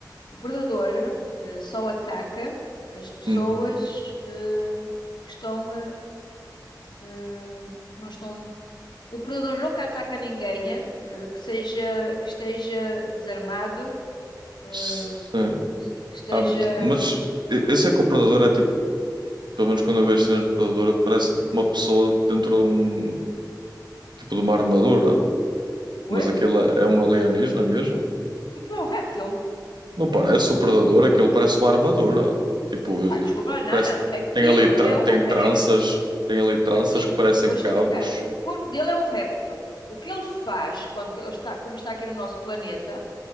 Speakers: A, on the left; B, on the right.
A: O predador eh, só ataca as pessoas
B: Hum.
A: eh, que estão eh, eh, que não estão O predador nunca ataca ninguém, eh, que seja, que esteja desarmado, eh,
B: Sim.
A: que se- que esteja.
B: Abre-te- Mas eu eu sei que o Predador é tipo, pelo menos quando eu vejo cenas do Predador, parece tipo uma pessoa dentro de um tipo de uma armadura.
A: Oi?
B: Mas aquilo é, é um alienígena mesmo?
A: Aquilo é um réptil?
B: Não parece o predador, aquilo parece uma armadura. Tipo, ele
A: Ah, desculpa, lá, não,
B: parece
A: não. Aquilo
B: tem ali tra-
A: é um
B: tem
A: réptil.
B: tranças, tem ali tranças
A: Aquilo,
B: que parecem
A: vou explicar.
B: cabos.
A: O corpo dele é um réptil. O que ele faz, quando que ele está, como está aqui no nosso planeta,